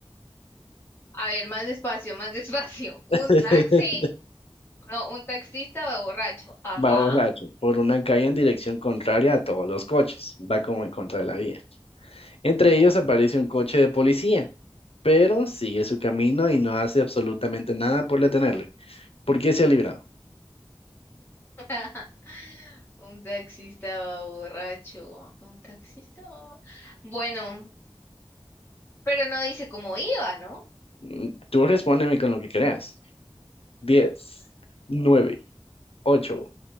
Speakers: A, on the left; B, on the left.
A: A ver, más despacio, más <laughs> despacio. Un
B: <laughs>
A: taxi, no, un taxista va borracho. Ajá.
B: Va borracho por una calle en dirección contraria a todos los coches. Va como en contra de la vía. Entre ellos aparece un coche de policía, pero sigue su camino y no hace absolutamente nada por detenerle. ¿Por qué se ha librado?
A: <laughs> Un taxista va borracho. Un taxista va... Bueno, pero no dice cómo iba, ¿no?
B: Mm, Tú respóndeme con lo que creas. 10, 9, 8,